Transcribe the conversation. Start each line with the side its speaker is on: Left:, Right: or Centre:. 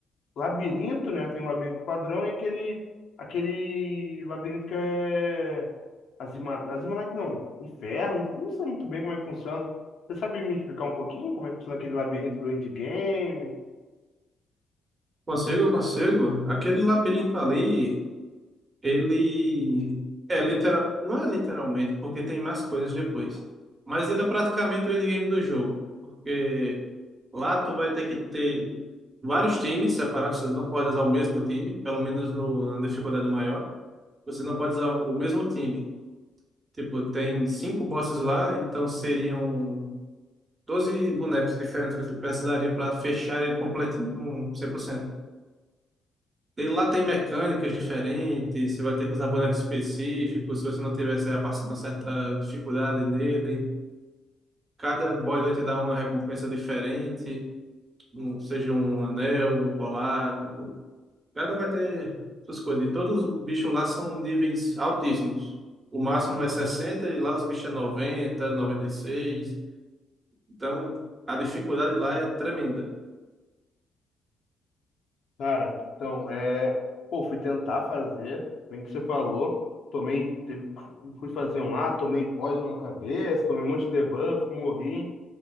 Left: Labirinto, né? Tem um labirinto padrão e aquele, aquele labirinto que é Azima, Azimanac não, Inferno, não sei muito bem como é que funciona. Você sabe me explicar um pouquinho como é que funciona aquele labirinto do endgame?
Right: Consigo, consigo. Aquele labirinto ali, ele é literal, não é literalmente, porque tem mais coisas depois. Mas ele é praticamente o endgame do jogo, porque lá tu vai ter que ter vários times separados, você não pode usar o mesmo time, pelo menos no, na dificuldade maior. Você não pode usar o mesmo time. Tipo, tem cinco bosses lá, então seriam 12 bonecos diferentes que você precisaria para fechar ele completinho, um 100%. E lá tem mecânicas diferentes, você vai ter que usar bonecos específicos, se você não tiver, você vai passar uma certa dificuldade nele. Cada boss vai te dar uma recompensa diferente, um- seja um anel, um colar, tipo, cada um vai ter suas coisas. E todos os bichos lá são níveis altíssimos. O máximo é 60 e lá os bichos é noventa, noventa e seis. Então, a dificuldade lá é tremenda.
Left: Cara, então, é. Pô, fui tentar fazer, bem que você falou. Tomei. teve- Fui fazer um lá, tomei poison na cabeça, tomei um monte de debuff, morri.